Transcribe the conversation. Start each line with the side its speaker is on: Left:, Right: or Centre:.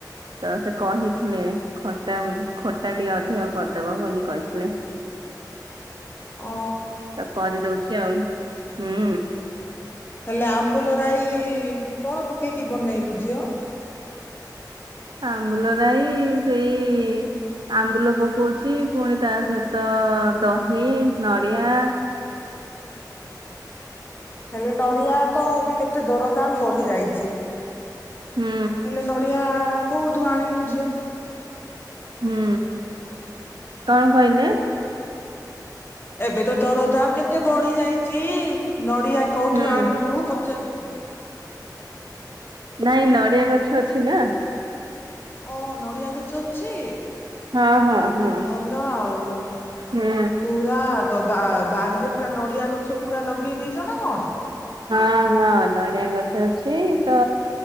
Right: ତ ସେ କହିଥିଲେ ଖଟା ଖଟା ଟିକେ ଅଧିକ କରିଦବ ବୋଲି କହିଥିଲେ।
Left: ଓ
Right: ତ କରିଦଉଛି ଆଉ ହୁଁ।
Left: ହେଲେ ଆମ୍ବୁଲ ରାଇ କଣ ପକେଇକି ବନେଇଲୁ ଝିଅ?
Right: ଆମ୍ବୁଲରାଇ ସେଇ ଆମ୍ବୁଲ ପକଉଛି ପୁଣି ତା ସହିତ ଦହି ନଡିଆ
Left: ହେଲେ ନଡିଆ ତ ଏବେ କେତେ ଦରଦାମ ବଢି ଯାଇଛି।
Right: ହୁଁ
Left: ହେଲେ ନଡିଆ କୋଉଠୁ ଆଣିଲୁ ଝିଅ?
Right: ହୁଁ କଣ କହିଲେ?
Left: ଏବେ ତ ଦରଦାମ କେତେ ବଢି ଯାଇଛି? ନଡ଼ିଆ କେଉଁଠୁ
Right: ହୁଁ ହୁଁ
Left: ଆଣିଲୁ ପଚାରୁଛି?
Right: ନାଇଁ ନଡ଼ିଆ ଗଛ ଅଛି ନା।
Left: ଓ ନଡିଆ ଗଛ ଅଛି?
Right: ହଁ ହଁ ହଁ
Left: ଭଲ ଆଉ
Right: ହୁଁ
Left: ପୁରା ବା ବାରିରେ ପୁରା ନଡିଆ ଗଛ ପୁରା ଲଗେଇ ଦେଇଛ ନା କଣ?
Right: ହଁ ହଁ ନଡିଆ ଗଛ ଅଛି ତ